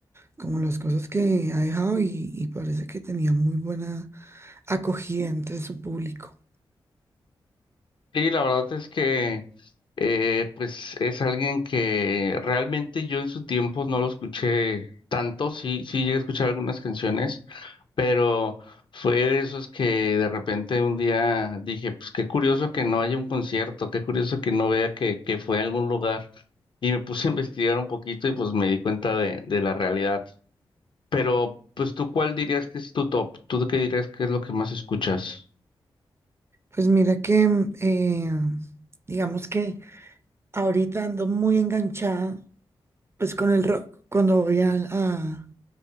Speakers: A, on the right (about 25°); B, on the left (about 55°).
A: como las cosas que ha dejado y, y parece que tenía muy buena acogida entre su público.
B: Y la verdad es que Eh, pues es alguien que realmente yo en su tiempo no lo escuché tanto, sí, sí llegué a escuchar algunas canciones, pero fue de esos que de repente un día dije, pues qué curioso que no haya un concierto, qué curioso que no vea que, que fue a algún lugar. Y me puse a <laughs> investigar un poquito y pues me di cuenta de, de la realidad. Pero, pues tú, ¿cuál dirías que es tu top? ¿Tú qué dirías que es lo que más escuchas?
A: Pues mira que, mm, eh, digamos que ahorita ando muy enganchada, pues con el rock, cuando voy al, a-